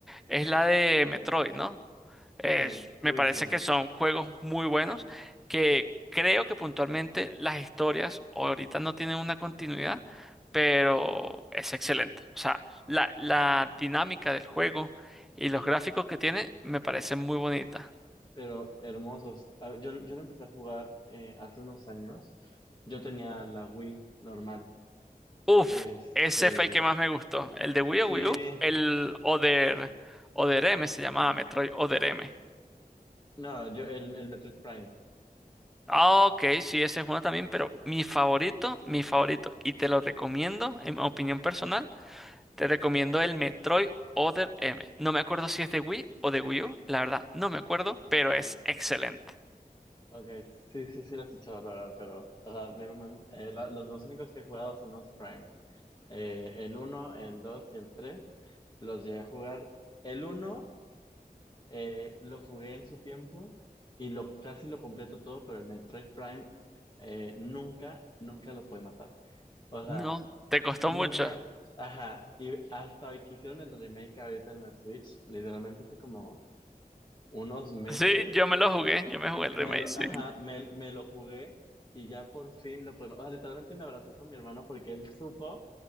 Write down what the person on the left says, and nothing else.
Sí, uy,
sí,
pero hermosos. A ver, yo, yo lo empecé a jugar eh, hace unos años. Yo tenía la Wii normal.
Este,
sí,
no, yo el, el Metroid Prime.
Ok, sí, sí, sí lo he escuchado, la verdad, pero o sea, me- me- eh, la- los, los únicos que he jugado son los Prime. Eh, el uno, el 2 y el 3 los llegué a jugar. El uno Eh, lo jugué en su tiempo y lo, casi lo completo todo, pero el Metroid Prime eh, nunca, nunca lo puede matar. O sea,
nunca,
ajá, y hasta hoy que hicieron el remake ahorita en la Switch, literalmente hace como unos meses,
me lo,
ajá, me, me lo jugué y ya por fin lo pude, o sea, literalmente me abracé con mi hermano porque él supo